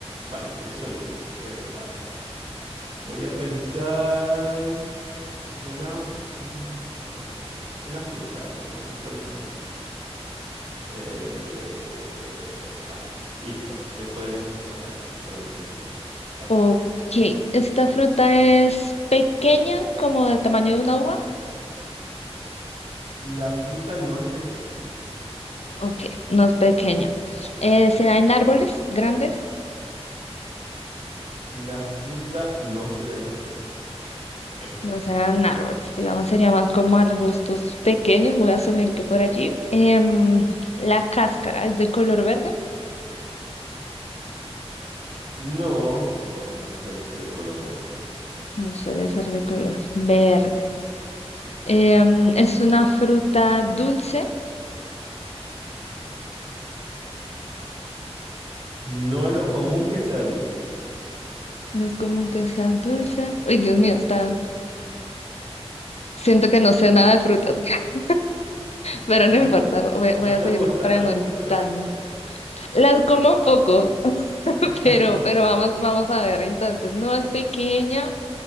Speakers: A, on the right; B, on the left.
A: Vale, empiezo yo. Eh, a ver, voy a pensar una, un- a ver, una fruta. Abby, Voy a pensar una fruta. Eh, vale, listo. Ya puedes empezar a preguntarme. A
B: Ok, ¿esta fruta es pequeña, como del tamaño de una uva?
A: la fruta no es pequeña.
B: Ok, no es pequeña. Eh, ¿se da en árboles grandes?
A: La fruta no se da en árboles. <laughs>
B: No sean árboles, digamos, sería más como arbustos pequeños. Voy a asumir que por allí. Em, la cáscara es de color verde.
A: No, no, no suele ser de color verde.
B: No suele ser de color verde. Em, es una fruta dulce.
A: No es lo común que sea dulce la fruta.
B: No es común que sea dulce. Uy, Dios mío, está. Siento que no sé nada de frutas, <laughs> pero
A: <laughs>
B: no importa. Voy, voy
A: No
B: a
A: te
B: seguir
A: gusta,
B: preguntando.
A: no te gusta la fruta.
B: Las como poco, <laughs>
A: <laughs>
B: pero, pero vamos, vamos a ver. Entonces, no es pequeña.